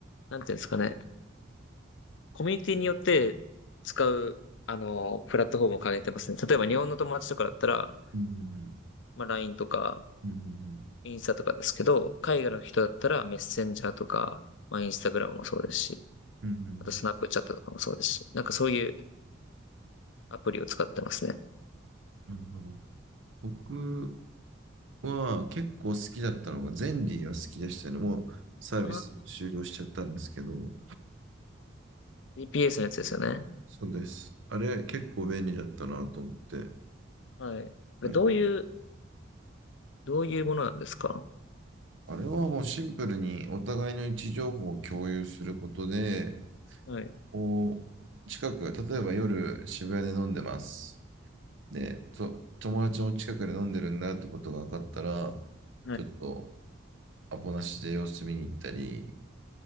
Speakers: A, on the left (about 65°); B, on the right (about 70°).
A: なんていうんですかね、コミュニティによって使う、あの、プラットフォームを変えてますね。例えば日本の友達とかだったら、
B: うん
A: まあ LINE とか、
B: うんうんうん
A: インスタとかですけど、海外の人だったらメッセンジャーとか、まあインスタグラムもそうですし、
B: うんうんうんうんうん
A: あとスナップチャットとかもそうですし、なんかそういうアプリを使ってますね。
B: なるほど。僕は結構好きだったのが、ゼンリーは好きでしたね。もうサービス終了しちゃったんですけど、
A: あー、GPS のやつですよね。
B: そうです。あれ結構便利だったなと思って、
A: はい。これどういう、
B: はい。
A: どういうものなんですか
B: あれはもうシンプルにお互いの位置情報を共有することで、
A: はい。
B: こう、近く、例えば夜渋谷で飲んでます。で、と、友達も近くで飲んでるんだってことが分かったら、
A: はい。
B: ちょっとアポなしで様子見に行ったり、